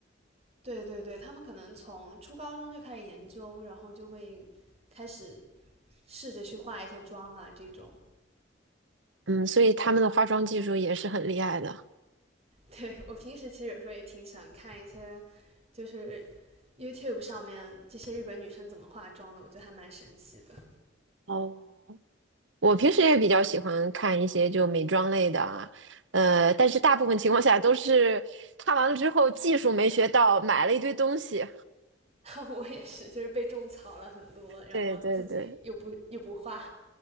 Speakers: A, on the right; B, on the right.
A: 对对对，他们可能从初高中就开始研究，然后就会开始试着去化一些妆啊这种。
B: 嗯，所以他们的化妆技术也是很厉害的。
A: 对我平时其实有时候也挺喜欢看一些，就是 YouTube 上面这些日本女生怎么化妆的，我觉得还蛮神奇的。
B: 哦，我平时也比较喜欢看一些就美妆类的啊，呃，但是大部分情况下都是看完了之后技术没学到，买了一堆东西。
A: <laughs> 我也是，就是被种草了很多，然后自己又不又不化。
B: 对对对